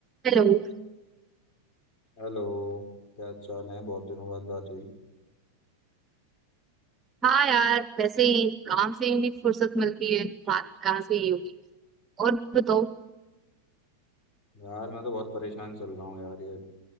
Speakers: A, on the right; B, on the left.
A: हेलो
B: Hello क्या चाल है बहुत दिनों बाद बात हुई
A: हाँ यार वैसे ही काम से ही भी फुर्सत मिलती है बात कहाँ से ही होगी और बताओ
B: यार मैं तो बहुत परेशान चल रहा हूँ यार ये